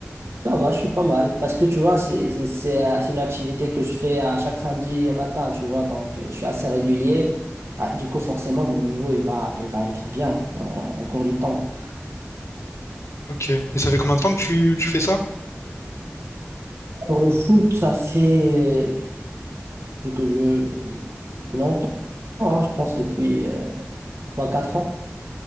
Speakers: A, on the right; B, on the left.
A: Ça va, je suis pas mal. Parce que tu vois, c'est c'est- c'est, euh, c'est une activité que je fais à chaque samedi matin, tu vois. Donc, euh, je suis assez régulier.
B: Mhm.
A: Ah, du coup, forcément, mon niveau, il va, il va être bien euh, au cours du temps.
B: Ok. Et ça fait combien de temps que tu, tu fais ça?
A: Pour le foot, ça fait depuis que je... depuis longtemps, hein, je pense depuis euh, trois quatre ans.